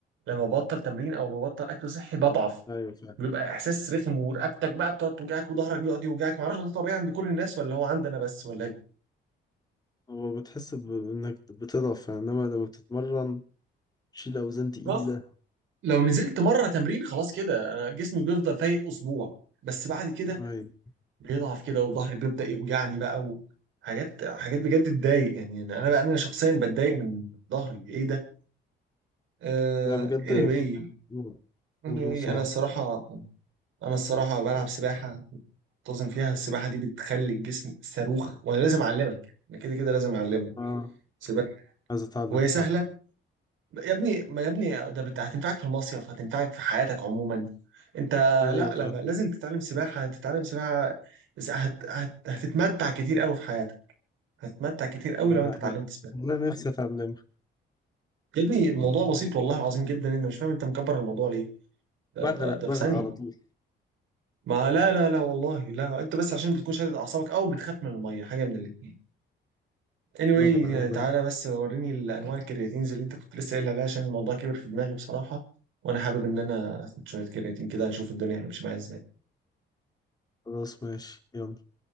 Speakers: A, on the right (about 80°); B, on the left (about 20°).
A: لما ببطل تمرين او ببطل اكل صحي بضعف
B: ايوه فعلا
A: بيبقى احساس رخم ورقبتك بقى بتقعد توجعك وظهرك بيقعد يوجعك معرفش ده طبيعي عند كل الناس ولا هو عندي انا بس ولا ايه
B: هو بتحس بانك بتضعف يعني. انما لما بتتمرن تشيل اوزان تقيله
A: خلاص لو نزلت مره تمرين خلاص كده انا جسمي بيفضل فايق اسبوع بس بعد كده
B: ايوه
A: بيضعف كده وظهري بيبدا يوجعني بقى وحاجات حاجات بجد تضايق يعني انا بقى انا شخصيا بتضايق من ظهري ايه ده آه
B: ده بجد
A: anyway,
B: موضوع
A: anyway
B: موضوع صعب
A: انا الصراحه انا الصراحه بلعب سباحه منتظم فيها السباحه دي بتخلي الجسم صاروخ وانا لازم اعلمك انا كده كده لازم اعلمك
B: اه
A: سباحه
B: عايز اتعلم
A: وهي سهله
B: فعلا
A: يا ابني ما يا ابني ده بت- هتنفعك في المصيف هتنفعك في حياتك عموما انت
B: ايوه
A: لا
B: فعلا
A: لا لا لازم تتعلم سباحة تتعلم سباحة إذا هت هت هتتمتع كتير قوي في حياتك هتتمتع كتير قوي
B: انا
A: لو انت اتعلمت سباحة
B: أنا نفسي اتعلمها
A: يا ابني الموضوع بسيط والله العظيم جدا انت مش فاهم انت مكبر الموضوع ليه ده
B: بغرق
A: ده ده
B: بغرق
A: في ثانية
B: على طول
A: ما لا لا لا والله لا انت بس عشان بتكون شادد اعصابك او بتخاف من المية حاجة من الاتنين anyway
B: بغرق انا
A: آه، تعالى
B: دايما
A: بس وريني الانواع الكرياتينز اللي انت كنت لسه قايل عليها عشان الموضوع كبر في دماغي بصراحة وانا حابب ان انا اخد شوية كرياتين كده اشوف الدنيا هتمشي معايا
B: خلاص ماشي يلا